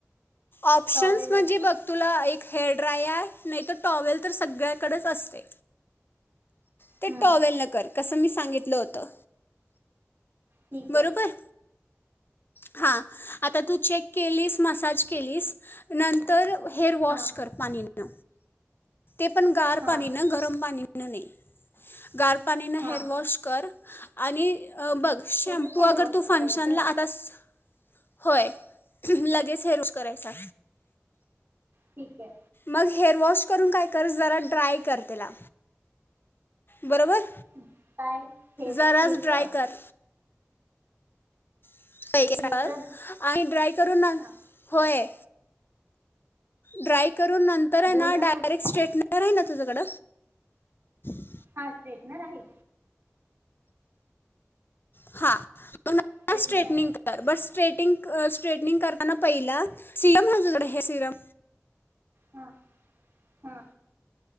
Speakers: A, on the left (about 45°); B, on the right (about 50°).
A: ऑप्शन्स
B: टॉवेलच
A: म्हणजे
B: का
A: बघ तुला एक हेअ ड्रायार नाही तो टॉवेल तर सगळ्याकडच असते ते
B: हम्म
A: टॉवेल न कर कसं मी सांगितलं होतं
B: ठीक
A: बरोबर
B: आहे
A: हा आता तू चेक केलीस मसाज केलीस नंतर व हेअर वॉश
B: हा
A: कर पाणी <unintelligible> ते पण गार
B: हा
A: पाणी ना गरम पाणी न नई गार पाणीन
B: हा
A: हेअरवॉश कर आणि अ बघ शॅम्पू
B: कसं हेअर
A: अगर
B: वॉश
A: तू फंक्शनला
B: करायचं
A: आ <inaudible> स होय लगेच हेअरवॉश करायचा
B: ठीकय
A: मग हेअर वॉश करून काय कर जरा ड्राय कर तेला बरोबर
B: <inaudible> केस
A: जराज
B: केस
A: ड्राई कर <inaudible>
B: केस ना
A: आणि ड्राय करू ना
B: हा
A: होय ड्राय् करुन नंतर आहे
B: बोल
A: ना डायरेक्ट
B: पुढे
A: स्टेटनर आहे ना तुझकड <inaudible>
B: हा स्ट्रेटनर आहे
A: हा <inaudible>
B: स्ट्रेटनर
A: स्ट्रेटनिंग
B: आहे
A: कर बस स्ट्रेट स्ट्रेटनिंग करताना पहिला सिरम आहे काय सिरम
B: हा हा